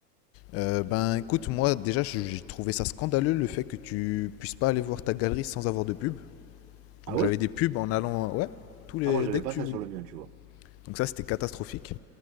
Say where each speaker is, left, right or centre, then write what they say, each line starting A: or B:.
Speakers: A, on the left; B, on the right.
A: Euh, ben écoute, moi déjà je- j'ai trouvé ça scandaleux le fait que tu puisses pas aller voir ta galerie sans avoir de pub.
B: Ah
A: Donc
B: ouais?
A: j'avais des pubs en allant, ouais, tous les
B: Ah, moi, j'avais
A: dès
B: pas
A: que tu
B: ça
A: voulais.
B: sur le mien, tu vois.
A: Donc ça c'était catastrophique.